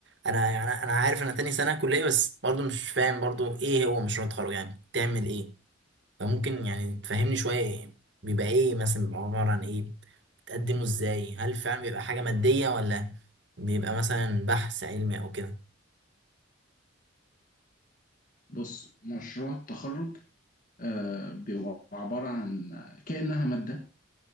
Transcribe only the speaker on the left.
بص مشروع التخرج آه، بيبقى عباره عن كانها ماده